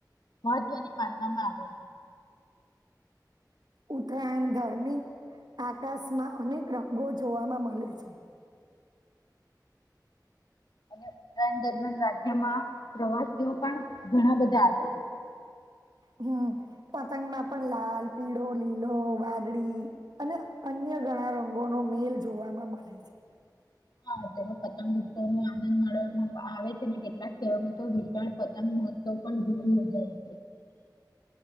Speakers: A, on the left (about 70°); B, on the right (about 65°).
A: મહત્વની, માનવામાં આવે.
B: ઉતરાયણ, ગરમી આકાશમાં, અનેક રંગો જોવામાં મળે છે.
A: અને ઉત્તરાયણ દરમિયાન રાજ્યમાં, પ્રવાસીઓ પણ ઘણા બધા આવે છે.
B: હમ, પતંગમાં પણ લાલ પીળો લીલો વાદળ અને અન્ ય ઘણા રંગોનો મેલ, જોવામાં મળે છે.
A: હા તેમાં પતંગ ઉત્સવ નો આનંદ માવામાં આવે છે. ને કેટલાક કહેવામાં, તો વિશાળ પતંગ મહોત્સવ પણ <inaudible>
B: <inaudible>